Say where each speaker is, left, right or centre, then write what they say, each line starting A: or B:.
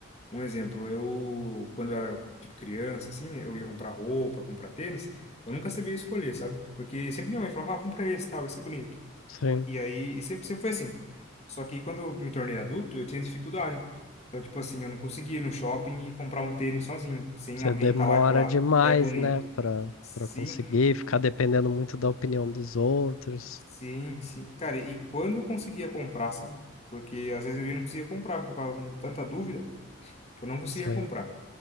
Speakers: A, on the left; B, on the left.
A: Um exemplo, eu, quando eu era, tipo, criança, assim, eu ia comprar roupa, comprar tênis, eu nunca sabia escolher, sabe? Porque sempre minha mãe falava, ah, compra esse, tal, esse é bonito.
B: sim.
A: E aí, e sempre, sempre foi assim. Só que quando eu me tornei adulto, eu tinha dificuldade. Então, tipo assim, eu não conseguia ir no shopping e comprar um tênis sozinho, sem
B: Você
A: alguém
B: demora
A: estar lá e falar,
B: demais,
A: é bonito.
B: né, pra,
A: Sim,
B: pra conseguir ficar dependendo muito da opinião dos outros.
A: sim, sim. Cara, e quando eu conseguia comprar, sabe? Porque às vezes eu ia e não conseguia comprar por causa de tanta dúvida que eu não conseguia
B: Sim.
A: comprar.